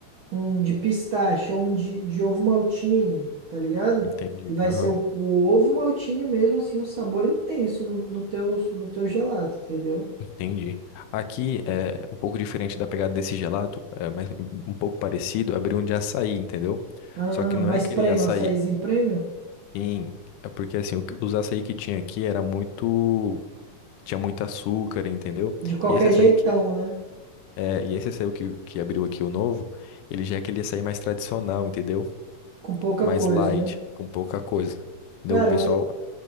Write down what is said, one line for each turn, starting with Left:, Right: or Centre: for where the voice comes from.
Right: um de pistache ou um de, de ovo maltine, tá ligado?
Left: Entendi.
Right: E vai
Left: Aham.
Right: ser o, o ovo maltine mesmo, assim, o sabor intenso no, no teu, no teu gelato, entendeu?
Left: Entendi. Aqui é um pouco diferente da pegada desse gelato, é, mas um pouco parecido, abrir um de açaí, entendeu?
Right: Ah,
Left: Só que não
Right: mas
Left: é aquele
Right: premium,
Left: açaí
Right: açaizinho premium?
Left: em... É porque assim, o- os açaí que tinha aqui era muito... Tinha muito açúcar, entendeu?
Right: De qualquer
Left: E esse açaí
Right: jeitão,
Left: que...
Right: né?
Left: É, e esse açaí que, que abriu aqui o novo, ele já é aquele açaí mais tradicional, entendeu?
Right: Com pouca
Left: mais
Right: coisa,
Left: light,
Right: né?
Left: com pouca coisa. Entendeu?
Right: Cara,
Left: O pessoal,
Right: eu-